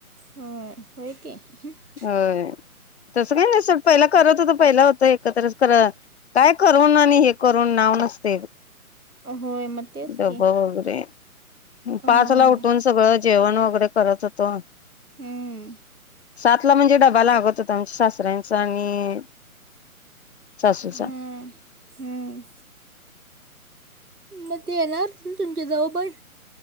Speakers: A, on the right; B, on the left.
A: होय-होय की हम्म,
B: होय तसं काय नाही सोड पहिला करत होतो. पहिला होत एकत्रच खरं काय करून आणि हे करून नाव नसतय.
A: होय मग तेच
B: डब
A: की
B: वगैरे
A: होय
B: पाच ला उठून सगळं जेवण वगैरे <unintelligible> होतो.
A: हम्म
B: सात ला म्हणजे डबा लागत होता आम सासऱ्यांचा आणि सासूचा
A: हां हम्म. मग ते येणार तुम-तुमच्या जाऊबाई